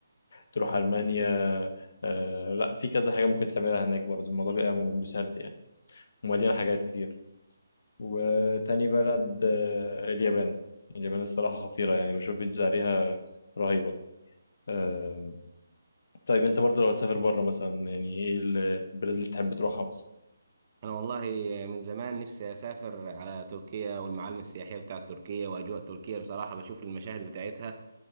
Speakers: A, on the left (about 50°); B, on the right (about 30°).
A: تروح المانيا آه لا في كذا حاجه ممكن تعملها هناك برضه الموضوع بيبقى م- مسهل يعني ومليان حاجات كتير وتاني بلد آه اليابان اليابان الصراحه خطيره يعني بشوف فيديوز عليها رهيبه آه طيب انت برضه لو هتسافر بره مثلا يعني ايه البلد اللي تحب تروحها مثلا
B: أنا والله من زمان نفسي أسافر على تركيا والمعالم السياحية بتاعت تركيا وأجواء تركيا بصراحة بشوف المشاهد بتاعتها